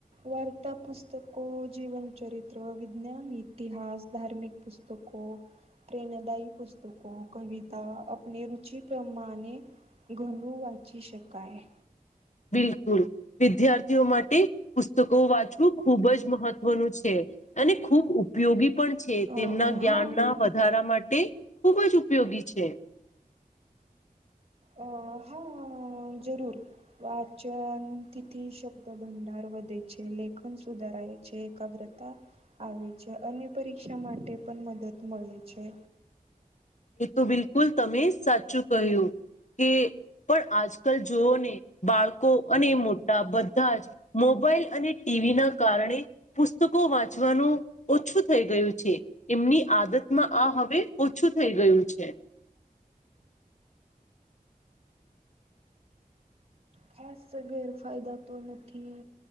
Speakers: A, on the right (about 40°); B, on the left (about 50°).
A: વાર્તા પુસ્તકો જીવન ચરિત્ર વિજ્ઞાન ઇતિહાસ ધાર્મિક પુસ્તકો પ્રેરણાદાયી પુસ્તકો કવિતા આપણી રુચિ પ્રમાણે ઘરું વાચી શકાય.
B: બિલકુલ વિદ્યાર્થીઓ માટે પુસ્તકો વાંચ ખૂબ જ મહત્વનું છે અને ખૂબ ઉપયોગી પણ છે. છે
A: અ
B: તેમના જ્ઞાનના
A: હા
B: વધારા માટે ખુબ જ ઉપયોગી છે
A: અ હા જરૂર વાચન તિથી શબ્દ ભંડાર વધે છે લેખન સુધારાય છે એકાગ્રતા આવે છે અને પરીક્ષા માટે પણ મદદ મળે છે.
B: એ તો બિલકુલ તમે સાચું કહ્યું કે પણ આજકાલ જોઓને બાળકો અને મોટા બધા જ મોબાઈલ અને ટીવી ના કારણે પુસ્તકો વાંચવાનું ઓછું થઈ ગયું છે. એમની આદતમાં આ હવે ઓછું થઈ ગયું છે.
A: ખાસ ગેરફાયદા તો નથી